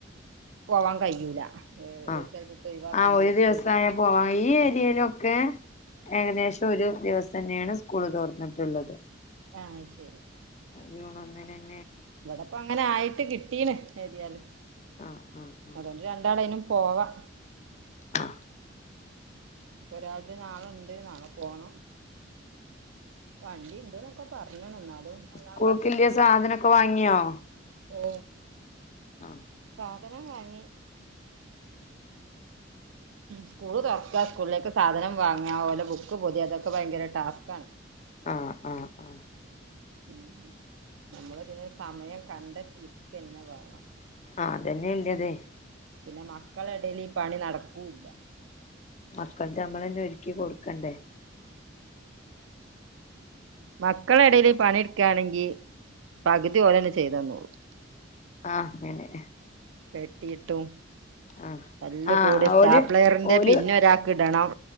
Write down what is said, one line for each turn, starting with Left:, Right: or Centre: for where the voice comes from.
Right: പോവാൻ കഴിയൂല ഒരു
Left: ആഹാ
Right: സ്ഥലത്ത് ഒഴിവാക്കേണ്ടി
Left: ആ ഒരു
Right: വരും
Left: ദിവസായ പോവാ ഈ ഏരിയയിലൊക്കെ ഏകദേശം ഒരു ദിവസന്നെയാണ് സ്കൂള് തൊറന്നിട്ടുള്ളത്
Right: അയ് ശരി
Left: ജൂൺ ഒന്നിന്.
Right: ഇവടിപ്പം അങ്ങനെ ആയി ട്ട് കിട്ടീണ് എഴുതിയാലും
Left: ആഹ് ആഹ് ആഹ്
Right: അതുകൊണ്ട് രണ്ടാളേനും പോവാം
Left: ആ
Right: ഒരാക്ക് നാളെണ്ട് നാളെ പോണം വണ്ടിയുണ്ടെന്നൊക്കെ പറഞ്ഞണ് എന്നാലും ഒന്നാം
Left: സ്കോള് കില്യ സാധനൊക്കെ വാങ്ങിയോ
Right: ഓ
Left: ആ
Right: സാധനം വാങ്ങി സ്കൂള് തൊറക്ക സ്കൂളിലേക്ക് സാധനം വാങ്ങക ഓന്റെ ബുക്ക് പൊതിയക അതൊക്കെ ഭയങ്കര ടാസ്കാ ണ്
Left: ആ ആ ആ
Right: ഉം നമ്മള് പിന്നെ സമയം കണ്ടെത്തി തന്നെ വേണം
Left: ആ അതന്നെ ഇല്ലതെ
Right: പിന്നെ മകളുടെയിടേല് ഈ പണി നടുക്കു ക്കൂ ല്ല
Left: മക്കൾ നമ്മളന്നെ ഒരുക്കി കൊടുക്കേണ്ടേ
Right: മക്കളടെ എടയില് പണിെടുക്കയാണെങ്കി പകുതി ഓര് തന്നെ ചെയ്ത് തന്നോള്ളും
Left: ആഹ് അങ്ങനെ
Right: വെട്ടിയിട്ടും
Left: ആഹ്
Right: തല്ല്
Left: ആഹ്
Right: കൂടി സ്റ്റാപ്ലെയറിന്റെ
Left: ഓല് ഓല്
Right: പിന്ന് ഒരാക്ക് ഇടണം